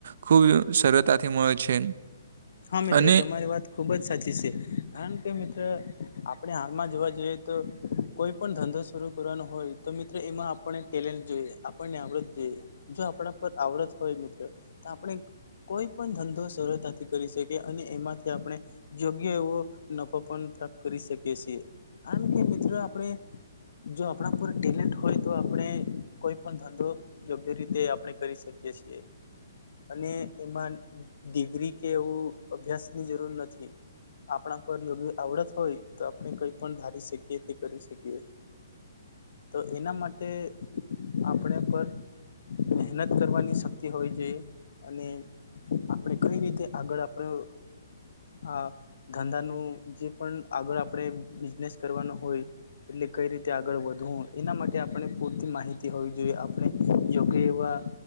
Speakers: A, on the right; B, on the left.
A: ખૂબ સરળતાથી મળે છે.
B: હા મિત્રો
A: અને
B: તમારી વાત. ખૂબ જ સાચી છે કારણ કે મિત્રો આપણે હાલમાં જોવા જઈએ તો કોઈ પણ ધંધો શરરૂ કરવાનો હોય તો મિત્રો એમાં આપણને ટેલેન્ટ જોઈએ આપણને આવડત જોઈએ જો આપણા પર આવડત હોય મિત્રો તો આપણે કોઈ પણ ધંધો સરળતાથી કરી શકી અને એમાંથી આપણે યોગ્ય એવો નફો પણત કરી શકીએ છીએ કારણ કે મિત્રો આપડણે જો આપણા પૂરા ટેલેન્ટ હોય તો આપણે કોઈ પણ ધંધો દ રીતે આપણે કરી શકીએ છીએ અને એમાં ડિગ્રી કે એવું અભ્યાસ ની જરૂર નથી આપણા પર યોગી આવડત હોય તો આપણે કઈ પણ ધારી શકીએ તે કરી શકીએ
A: <inaudible>
B: તો એના માટે આપણે પર મહેનત કરવાની શક્તિ હોવી જોઈ અને આપણે કઈ રીતે આગળ આપડું આ ધંધાનું જે પણ આગળ આપણે બિઝનેસ કરવાનો હોય એટલે કઈ રીતે આગળ વધવું એના માટે આપણે પૂરતી માહિતી હોવી જોઈએ આપણે યોગ્ય એવા